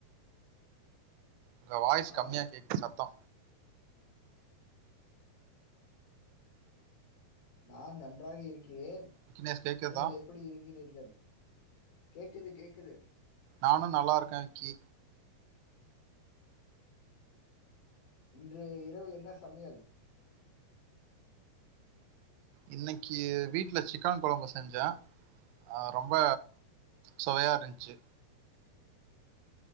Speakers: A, on the right (about 85°); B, on the left (about 55°).
A: உங்க வாய்ஸ்
B: ஆ
A: கம்மியா கேக்கு சத்தோ
B: நா நன்றாக இருக்கிறேன்
A: விக்னேஷ் கேக்குதா
B: நீங்கள் எப் ப்டி இருக்கிறீர்கள் கேக்குது கேக்குது
A: நானு நல்லா இருக்க கி
B: இன்று இரவு என்ன சமையல்
A: இன்னக்கி வீட்ல சிக்கான் கொழம்பு செஞ்ச ஆ ரொம்ப சுவையாருந்ச்சு